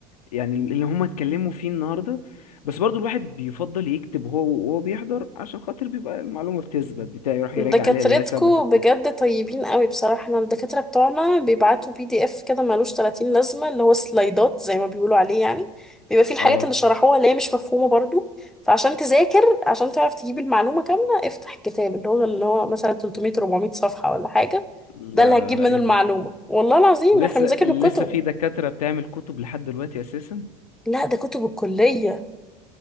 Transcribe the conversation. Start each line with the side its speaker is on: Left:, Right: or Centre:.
Left: يعني اللي هم اتكلموا فيه النهاردة بس برضو الواحد بيفضل يكتب هو وهو بيحضر عشان خاطر بيبقى المعلومة بتثبت بتاعي يروح
Centre: دكاترتكو
Left: يراجع عليها اللي هي ثبتت
Centre: بجد
Left: كده
Centre: طيبين قوي بصراحة احنا الدكاترة بتوعنا بيبعتوا بي دي اف كده ملوش 30 لازمة اللي هو سلايدات زي ما بيقولوا عليه يعني بيبقى فيه الحاجات
Left: اه
Centre: اللي شرحوها اللي هي مش مفهومة برضو فعشان تذاكر عشان تعرف تجيب المعلومة كاملة افتح الكتاب اللي هو اللي هو مثلا 300 400 صفحة ولا حاجة
Left: لا
Centre: ده اللي
Left: لا
Centre: هتجيب
Left: لا
Centre: منه
Left: ايه
Centre: المعلومة
Left: ده
Centre: والله العظيم
Left: ولسه
Centre: احنا بنذاكر
Left: لسه
Centre: الكتب
Left: في دكاترة بتعمل كتب لحد دلوقتي أساسا
Centre: لا ده كتب الكلية